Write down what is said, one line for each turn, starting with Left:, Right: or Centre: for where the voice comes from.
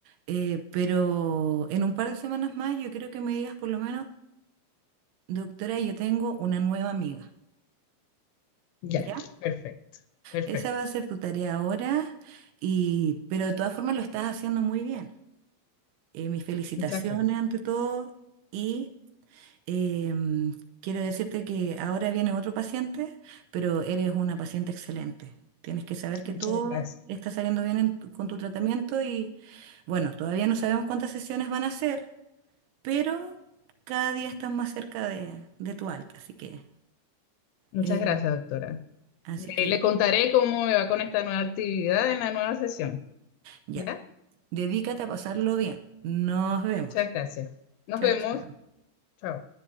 Right: eh, pero en un par de semanas más yo creo que me digas por lo menos, doctora, yo tengo una nueva amiga.
Left: Ya,
Right: ¿Ya?
Left: perfecto, perfecto.
Right: Esa va a ser tu tarea ahora, y, pero de todas formas lo estás haciendo muy bien. Eh, mis felicitaciones
Left: Muchas gracias.
Right: ante todo y Em, quiero decirte que ahora viene otro paciente, pero eres una paciente excelente. Tienes que saber que
Left: Muchas
Right: todo
Left: gracias.
Right: está saliendo bien en tu- con tu tratamiento y bueno, todavía no sabemos cuántas sesiones van a ser, pero cada día estás más cerca de, de tu alta, así que,
Left: Muchas
Right: eh,
Left: gracias, doctora.
Right: así que
Left: Eh, le contaré cómo me va con esta nueva actividad en la nueva sesión.
Right: ya,
Left: ¿Ya?
Right: dedícate a pasarlo bien. Nos vemos.
Left: Muchas gracias. Nos
Right: Chao,
Left: vemos.
Right: chao.
Left: Chao.